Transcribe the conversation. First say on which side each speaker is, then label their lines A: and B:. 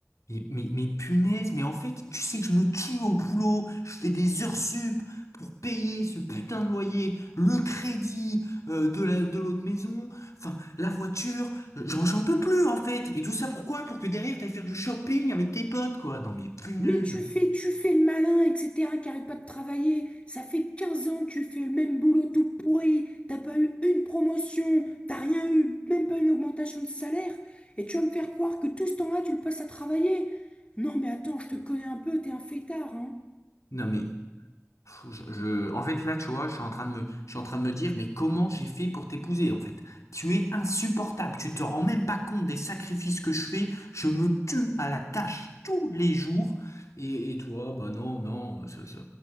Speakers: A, on the left (about 80°); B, on the left (about 25°).
A: Mais, mais, mais punaise, mais en fait, tu sais que je me tue au boulot, je fais des heures sup pour payer ce putain de loyer, le crédit euh, de la, de l'autre maison, enfin, la voiture, euh, j'en, j'en peux plus en fait. Et tout ça pourquoi? Pour que derrière, t'ailles faire du shopping avec tes potes, quoi. Non mais punaise.
B: Mais tu fais, tu fais le malin, etc., qui arrête pas de travailler. Ça fait 15 ans que tu fais le même boulot tout pourri. T'as pas eu une promotion, t'as rien eu, même pas une augmentation de salaire. Et tu vas me faire croire que tout ce temps-là, tu le passes à travailler. Non, mais attends, je te connais un peu, t'es un fêtard, hein.
A: Non mais Pff, Je, je- en fait, là, tu vois, je suis en train de me, je suis en train de me dire, mais comment j'ai fait pour t'épouser, en fait? Tu es insupportable. Tu te rends même pas compte des sacrifices que je fais. Je me tue à la tâche tous les jours. Et, et toi, bah non, non, ça, ça,